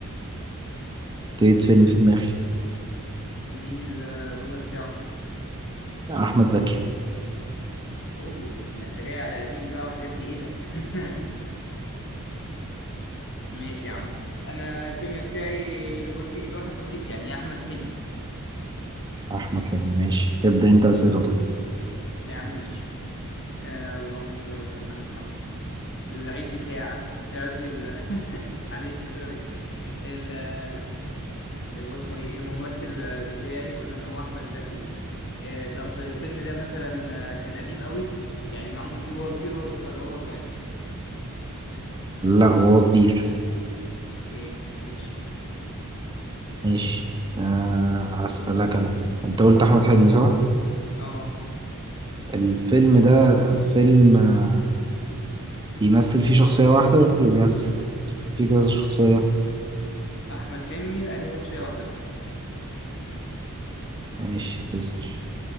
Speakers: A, on the right; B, on the left.
A: حطيت فيلم في دماغي
B: مين البطل بتاعه
A: احمد زكي
B: اوه ده انت جاي على قديم بقى وحاجات تقيلة <laughs> ماشي يا عم انا الفيلم بتاعي لبسيط لواحد بسيط يعني احمد حلمي
A: احمد حلمي ماشي ابدا انت اسئله طيب
B: يا عم ماشي آه اللهم صل على سيدنا محمد اللعيب بتاعك آه، قصدي ال- <laughs> معلش سوري ال آه، هو اسمه ايه الممثل بتاعي قلنا ان هو احمد زكي آه طب الفيلم ده مثلا آه، كان قديم قوي يعني معمول فيه وهو كبير وهو صغ- ولا هو صغير
A: لا وهو كبير
B: اوكي ماشي
A: ماشي آه هسألك انا انت قلت احمد حلمي صح
B: اه
A: الفيلم ده فيلم آه، بيمثل فيه شخصيه واحده ولا بيمثل فيه كذا شخصيه
B: أحمد حلمي لا هي شخصية واحدة بس
A: ماشي اسأل